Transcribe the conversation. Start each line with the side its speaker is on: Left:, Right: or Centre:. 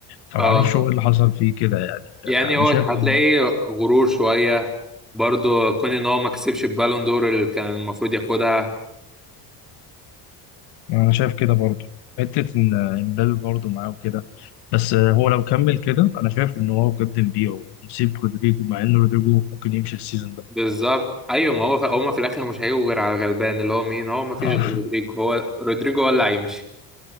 Left: فمعرفش
Centre: اه
Left: هو إيه اللي حصل فيه كده يعني أنا
Centre: يعني هو
Left: شايف
Centre: هتلاقيه
Left: إنه
Centre: غرور شوية برضو كون ان هو ما كسبش البالون دور اللي كان المفروض ياخدها
Left: أنا شايف كده برضه حتة إن إمبابي برضه معاه وكده بس هو لو كمل كده أنا شايف إن هو بجد نبيعه ونسيب رودريجو مع إن رودريجو ممكن يمشي السيزون ده
Centre: بالظبط ايوه ما هو في هما في الاخر مش هيجوا غير على الغلبان اللي هو مين هو ما فيش
Left: آه.
Centre: غير رودريجو هو رودريجو هو اللي هيمشي